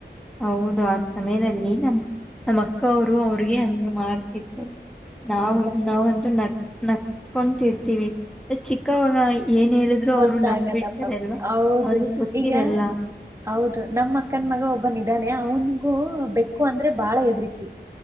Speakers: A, in the centre; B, on the right.
A: ಹೌದು ಆ ಸಮಯದಲ್ಲಿ ನಮ್ಮ್ ನಮ್ಮ ಅಕ್ಕ ಅವ್ರು ಅವ್ರಿಗೆ ಹಂಗ್ ಮಾಡ್ತಿರ್ತಾರೆ ನಾವು
B: ಹೌದಾ
A: ನಾವಂತೂ ನಟ್ಕೊಂತಿರ್ತಿವಿ ಚಿಕ್ಕವಾಗ ಏನ್ ಹೇಳಿದ್ರು
B: ಗೊತ್ತಾಗಲ್ಲಪ್ಪ
A: ಅವರು ನಂಬಿಡ್ತಾರೆ ಅಲ್ವಾ
B: ಹೌದು
A: ಅವ್ರಿಗೆ
B: <inaudible>
A: ಗೊತ್ತಿರಲ್ಲ
B: ಈಗ ಹೌದು ನಮ್ಮ ಅಕ್ಕನ್ ಮಗ ಒಬ್ಬನಿದ್ದಾನೆ ಅವನು ಬೆಕ್ಕು ಅಂದ್ರೆ ಬಾಳ ಎದ್ರುಕಿ